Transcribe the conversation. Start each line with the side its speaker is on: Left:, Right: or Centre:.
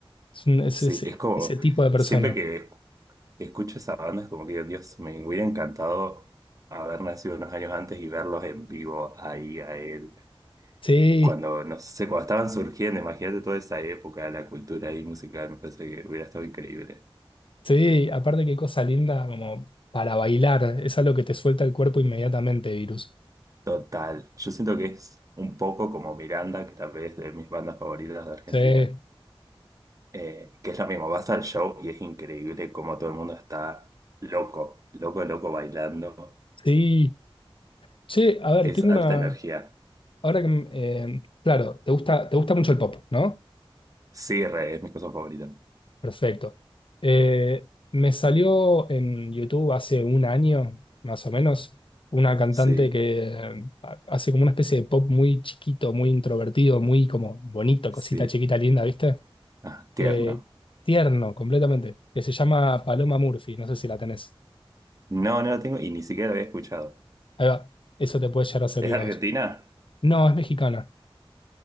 Left: Es, un- es
Right: Sí,
Left: ese
Right: es como,
Left: ese tipo de persona.
Right: siempre que esc- escucho esa banda es como que, Dios, me hubiera encantado haber nacido unos años antes y verlos en vivo ahí a él.
Left: Sí,
Right: Cuando, no sé, cuando estaban surgiendo, imagínate toda esa época, la cultura ahí musical, me parece que hubiera estado increíble.
Left: sí, aparte qué cosa linda como para bailar. Es algo que te suelta el cuerpo inmediatamente, virus.
Right: Total. Yo siento que es un poco como Miranda, que tal vez es de mis bandas favoritas de Argentina
Left: Sí.
Right: eh, que es lo mismo, vas al show y es increíble cómo todo el mundo está loco, loco, loco bailando.
Left: Sí, che, a ver,
Right: Es
Left: tengo
Right: alta
Left: una.
Right: energía.
Left: Ahora que. m- eh, claro, te gusta, te gusta mucho el pop, ¿no?
Right: Sí, re, es mi cosa favorita.
Left: Perfecto. Eh, me salió en YouTube hace un año, más o menos, una cantante
Right: Sí,
Left: que eh, ha- hace como una especie de pop muy chiquito, muy introvertido, muy como bonito, cosita
Right: sí.
Left: chiquita, linda, ¿viste?
Right: Ah, tierno.
Left: Eh, tierno, completamente. Que se llama Paloma Murphy, no sé si la tenés.
Right: No, no la tengo y ni siquiera la había escuchado.
Left: Ahí va, eso te puede llegar a servir
Right: ¿Es Argentina?
Left: a vos. No, es mexicana,